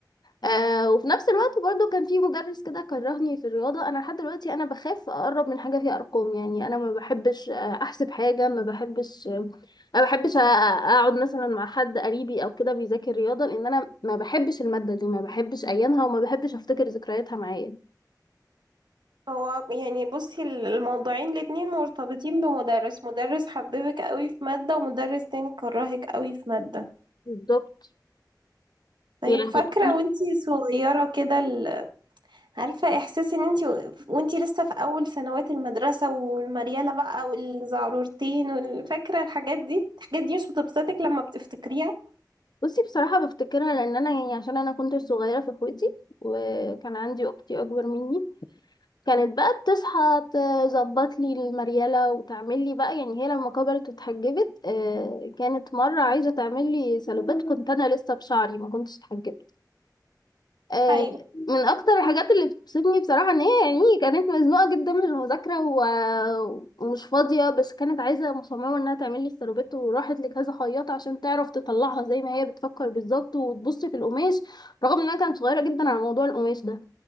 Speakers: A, on the left; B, on the right.
A: آه وفي نفس الوقت برضو كان في مدرس كده كرهني في الرياضة أنا لحد دلوقتي أنا بخاف أقرب من حاجة فيها أرقام يعني أنا ما بحبش آه، أحسب حاجة ما بحبش آه، ما بحبش آه، أقعد مثلا مع حد قريبي أو كده بيذاكر رياضة لأن أنا ما بحبش المادة دي ما بحبش أيامها وما بحبش أفتكر ذكرياتها معايا
B: هو يعني بصي الموضوعين الاتنين مرتبطين بمدرس مدرس حببك قوي في مادة ومدرس تاني كرهك قوي في مادة
A: بالظبط
B: طيب
A: يعني
B: فاكرة
A: أنا
B: وانتي صغيرة كده ال- عارفة احساس ان انتي و- وانتي لسه في اول سنوات المدرسة والمريالة بقى والزعرورتين والفاكرة الحاجات دي الحاجات دي مش بتبسطك لما بتفتكريها
A: بصي بصراحة بفتكرها لأن أنا يعني عشان أنا كنت صغيرة في إخوتي وكان عندي أختي أكبر مني كانت بقى بتصحى تظبط لي المريالة وتعمل لي بقى يعني هي لما كبرت واتحجبت آه، كانت مرة عايزة تعمل لي سلوبات كنت أنا لسه بشعري ما كنتش اتحجبت آه،
B: ايوه
A: من أكتر الحاجات اللي بتبسطني بصراحة إن هي يعني كانت مزنوقة جدا من المذاكرة و- ومش فاضية بس كانت عايزة مصممة إنها تعمل لي السلوبات وراحت لكذا خياطة عشان تعرف تطلعها زي ما هي بتفكر بالظبط وتبص في القماش رغم إنها كانت صغيرة جدا على موضوع القماش ده